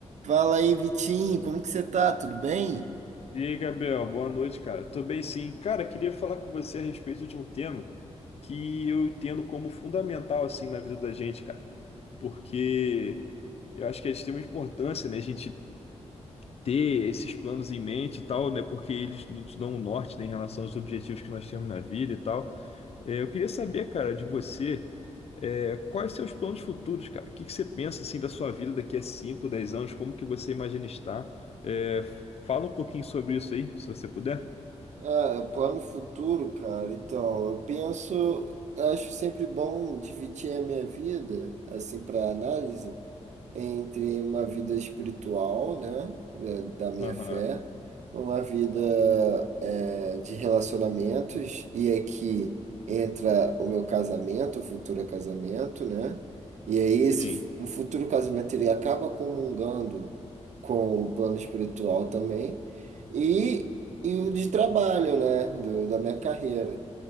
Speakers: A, on the right; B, on the left.
A: Fala aí, Vitinho, como que você tá? Tudo bem?
B: E aí, Gabriel, boa noite, cara. Tô bem, sim. Cara, queria falar com você a respeito de um tema que eu entendo como fundamental, assim, na vida da gente, cara. Porque eu acho que é de extrema importância, né, a gente ter esses planos em mente e tal, né, porque eles nos dão um norte, né, em relação aos objetivos que nós temos na vida e tal. É, Eu queria saber, cara, de você, é, quais seus planos futuros, cara? O que que você pensa assim da sua vida daqui a 5, 10 anos? Como que você imagina estar? É, f- fala um pouquinho sobre isso aí, se você puder.
A: Ah, plano futuro, cara. Então, eu penso, acho sempre bom dividir a minha vida, assim, para análise. entre uma vida espiritual, né, da da minha
B: Aham,
A: fé, uma vida eh, de relacionamentos, e aqui entra o meu casamento, o futuro casamento, né? E aí
B: sim.
A: esse f- o futuro casamento ele acaba comungando com o plano espiritual também, e, e o de trabalho, né, do, da minha carreira.